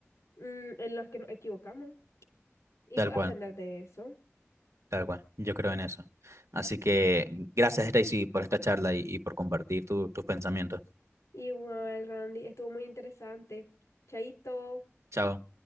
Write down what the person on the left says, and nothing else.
mm, en las que nos equivocamos y
pues
aprender de eso.
Igual, Randy, estuvo muy interesante. Chaito.